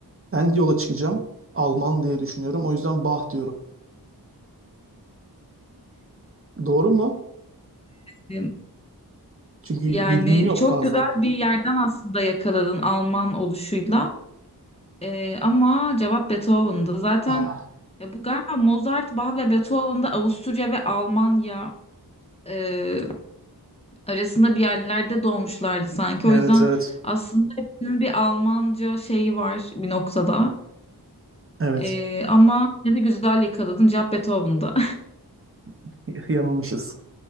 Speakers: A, on the right; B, on the left.
A: yola çıkacağım. Alman diye düşünüyorum. O yüzden Bach diyorum. Doğru mu?
B: E,
A: Çünkü
B: Yani
A: bilgim yok
B: çok
A: fazla.
B: güzel bir yerden aslında yakaladın Alman oluşuyla. E, ama cevap Beethoven'dı. Zaten
A: Ah,
B: ya bu galiba Mozart, Bach ve Beethoven'da Avusturya ve Almanya e, arasında bir yerlerde doğmuşlardı sanki.
A: evet
B: O yüzden
A: evet.
B: aslında hepsinin bir Almanca şeyi var bir noktada.
A: Evet.
B: Ee, ama yine de güzel yakaladın. Cevap Beethoven'da.
A: <laughs> Yanılmışız.